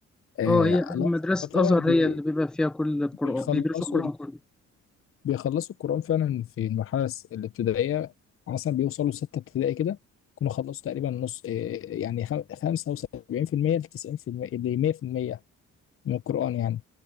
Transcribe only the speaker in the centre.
أه هي
مدرسة
أزهر
هي اللي بيبقى فيها كل القرآن
بيدرسوا القرآن كله